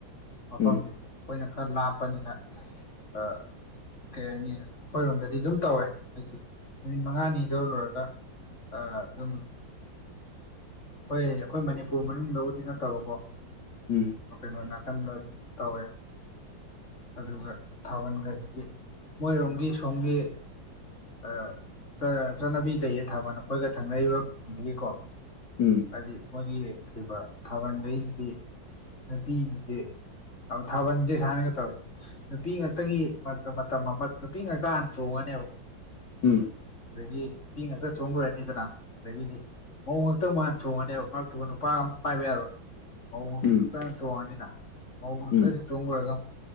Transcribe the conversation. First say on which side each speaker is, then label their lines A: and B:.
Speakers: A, on the left; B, on the left.
A: ꯃꯐꯝꯖꯦ
B: ꯎꯝ
A: ꯑꯩꯈꯣꯏꯅ ꯈꯔ ꯂꯥꯞꯄꯅꯤꯅ ꯑꯥ ꯀꯩ ꯍꯥꯏꯅꯤ ꯑꯩꯈꯣꯏꯔꯣꯝꯗꯗꯤ ꯑꯗꯨꯝ ꯇꯧꯋꯦ ꯍꯥꯏꯗꯤ ꯅꯨꯃꯤꯠ ꯃꯉꯥꯅꯤꯗꯣ ꯂꯣꯏꯔꯒ ꯑꯥ ꯑꯗꯨꯝ ꯑꯩꯈꯣꯏ ꯑꯩꯈꯣꯏ ꯃꯅꯤꯄꯨꯔ ꯃꯅꯨꯡꯗꯕꯨꯗꯤ ꯅꯠꯇꯕꯀꯣ
B: ꯎꯝ
A: ꯑ ꯀꯩꯅꯣ ꯅꯥꯀꯟꯗ ꯑꯗꯨꯝ ꯇꯧꯋꯦ ꯑꯗꯨꯒ ꯊꯥꯕꯟꯒ ꯃꯣꯏꯔꯣꯝꯒꯤ ꯁꯣꯝꯒꯤ ꯑ ꯆꯠꯅꯕꯤ ꯂꯩꯌꯦ ꯊꯥꯕꯟ ꯑꯩꯈꯣꯏꯒ ꯊꯪꯅꯔꯤꯕ ꯈꯨꯟꯗꯨꯒꯤꯀꯣ
B: ꯎꯝ
A: ꯍꯥꯏꯗꯤ ꯃꯣꯏꯒꯤ ꯀꯩꯕꯥ ꯊꯥꯕꯟꯗꯩꯗꯨꯗꯤ ꯅꯨꯄꯤꯖꯤꯡꯖꯤ ꯑꯧ ꯊꯥꯕꯟꯖꯦ ꯁꯥꯏꯅꯒꯥ ꯇꯧꯋꯦ ꯅꯨꯄꯤ ꯉꯥꯛꯇꯒꯤ ꯃꯇꯝ ꯑꯃ ꯅꯨꯄꯤ ꯉꯥꯛꯇ ꯍꯥꯟꯅ ꯆꯣꯡꯉꯅꯦꯕꯀꯣ
B: ꯎꯝ
A: ꯑꯗꯒꯤ ꯅꯨꯄꯤ ꯉꯥꯛꯇ ꯆꯣꯡ ꯂꯣꯏꯔꯅꯤꯗꯅ ꯑꯗꯒꯤꯗꯤ ꯃꯧ ꯈꯛꯇꯥ ꯑꯃꯨꯛ ꯍꯥꯟ ꯆꯣꯡꯉꯅꯦꯕ ꯃꯔꯛꯇꯨ ꯅꯨꯄꯥ ꯑꯝ ꯄꯥꯏꯕ ꯌꯥꯔꯣꯏ ꯃꯧ
B: ꯎꯝ
A: ꯉꯥꯛꯇ ꯆꯣꯡꯉꯅꯤꯅ ꯃꯧ ꯉꯥꯛꯇ
B: ꯎꯝ
A: ꯆꯣꯡ ꯂꯣꯏꯔꯒ ꯑꯃꯨꯛ